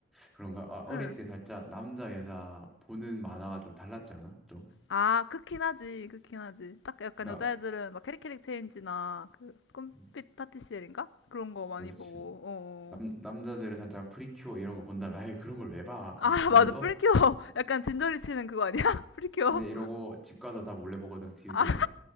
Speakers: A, in the centre; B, on the left.
A: 그런가? 아, 어릴
B: 응.
A: 때 살짝 남자, 여자 보는 만화가 좀 달랐지 않아? 좀?
B: 아, 크긴 하지, 크긴 하지. 딱 약간
A: 그러니까,
B: 여자애들은 막 캐릭캐릭 체인지나 그 꿈빛
A: 음,
B: 파티시엘인가? 그런 거 많이
A: 그렇지.
B: 보고, 어.
A: 남,
B: 어.
A: 남자들은 살짝 프리큐어 이런 거 본다면, 아이, 그런 걸 왜 봐?
B: 아,
A: 아니,
B: <laughs>
A: 하면서.
B: 맞아, 프리큐어. <laughs> 약간 진저리 치는 그거 아니야? <laughs> 프리큐어.
A: 근데 이러고 집 가서 다 몰래 보거든, TV
B: 아,
A: 틀면.